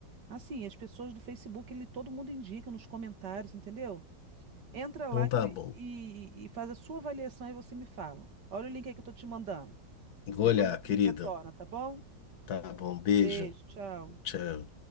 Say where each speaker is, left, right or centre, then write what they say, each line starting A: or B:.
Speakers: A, on the right; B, on the left.
A: Assim, as pessoas do Facebook, ele todo mundo indica nos comentários, entendeu? Entra
B: Então
A: lá que
B: tá
A: eu- e,
B: bom.
A: e faz a sua avaliação e você me fala. Olha o link aí que eu tô te mandando.
B: Vou
A: Depois
B: olhar,
A: você
B: querida.
A: me retorna, tá bom?
B: Tá bom, beijo.
A: Beijo, tchau.
B: Tchau.